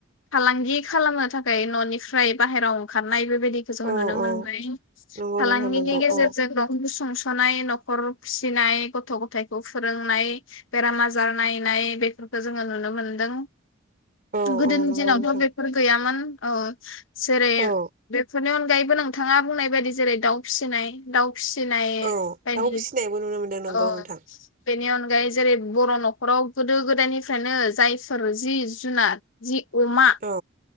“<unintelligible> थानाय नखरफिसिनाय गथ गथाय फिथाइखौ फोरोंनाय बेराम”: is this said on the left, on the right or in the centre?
Left